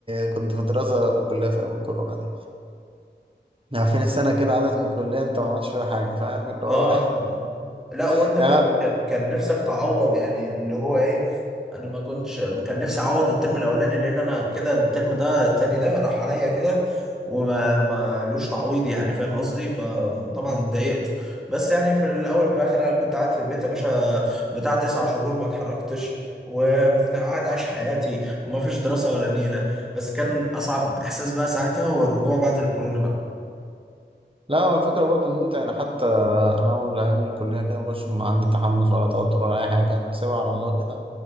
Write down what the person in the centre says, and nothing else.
اه
آه، آه. لا
وانت كن-
كان كان نفسك تعوض يعني اللي هو ايه انا ما كنتش كان نفسي اعوض الترم الاولاني لان انا كده الترم ده التاني ده راح عليا كده وما ما لوش تعويض يعني فاهم قصدي فطبعا
اتضايقت بس يعني في الاول وفي الاخر انا كنت قاعد في البيت يا باشا بتاع تسع شهور ما اتحركتش وقاعد عايش حياتي وما فيش دراسة ولا نيلة بس كان اصعب احساس بقى ساعتها هو الرجوع بعد الكورونا بقى